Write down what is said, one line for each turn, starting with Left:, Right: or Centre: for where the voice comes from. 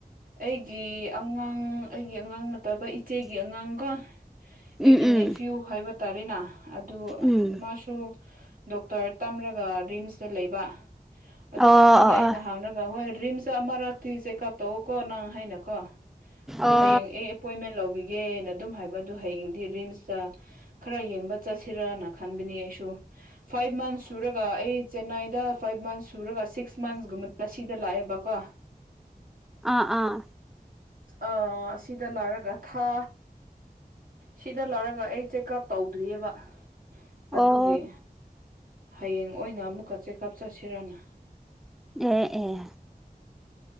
Right: ꯑꯩꯒꯤ ꯑꯉꯥꯡ ꯑꯩꯒꯤ ꯑꯉꯥꯡ ꯅ ꯇꯕ ꯏꯆꯦꯒꯤ ꯑꯉꯥꯡꯒ ꯑꯩꯒꯤ
Centre: ꯎꯝ ꯎꯝ
Right: ꯅꯦꯐ꯭ꯌꯨ ꯍꯥꯏꯕ ꯇꯔꯤꯅ ꯑꯗꯨ
Centre: ꯎꯝ
Right: ꯃꯥꯁꯨ ꯗꯣꯛꯇꯔ ꯇꯝꯔꯒ ꯔꯤꯝꯁꯇ ꯂꯩꯕ ꯑꯗꯨ
Centre: ꯑꯣ
Right: ꯃꯉꯣꯟꯗ
Centre: ꯑꯣ ꯑꯣ
Right: ꯑꯩꯅ
Centre: ꯑꯣ
Right: ꯍꯥꯡꯂꯒ ꯍꯣꯏ ꯗ꯭ꯔꯤꯝꯁ ꯑꯃꯔꯛꯇꯤ ꯆꯦꯛ ꯀꯞ ꯇꯧꯑꯣꯀꯣ ꯅꯪ ꯍꯥꯏꯅꯀꯣ ꯑꯗꯨ
Centre: ꯑꯣ
Right: ꯍꯌꯦꯡ ꯑꯦ ꯑꯦꯄꯣꯏꯟꯃꯦꯟ ꯂꯧꯕꯤꯒꯦꯅ ꯑꯗꯨꯝ ꯍꯥꯏꯕꯗꯨ ꯍꯌꯦꯡꯗꯤ ꯔꯤꯝꯁꯇ ꯈꯔ ꯌꯦꯡꯕ ꯆꯠꯁꯤꯔꯅ ꯈꯟꯕꯅꯤ ꯑꯩꯁꯨ ꯐꯥꯏꯚ ꯃꯟꯁ ꯁꯨꯔꯒ ꯑꯩ ꯆꯦꯟꯅꯥꯏꯗ ꯐꯥꯏꯚ ꯃꯟꯁ ꯁꯨꯔꯒ ꯁꯤꯛꯁ ꯃꯟꯁꯒꯨꯝꯕ ꯁꯤꯗ ꯂꯥꯛꯑꯦꯕꯀꯣ
Centre: ꯑꯥ ꯑꯥ
Right: ꯑ ꯑꯁꯤꯗ ꯂꯣꯏꯔꯒ ꯊꯥ ꯁꯤꯗ ꯂꯣꯏꯔꯒ ꯑꯩ ꯆꯦꯛꯑꯞ ꯇꯧꯗ꯭ꯔꯤꯌꯦꯕ ꯍ
Centre: ꯑꯣ
Right: ꯑꯗꯨꯒꯤ ꯍꯌꯦꯡ ꯑꯣꯏꯅ ꯑꯃꯨꯛꯀ ꯆꯦꯛꯑꯞ ꯆꯠꯁꯤꯔꯅ
Centre: ꯑꯦ ꯑꯦ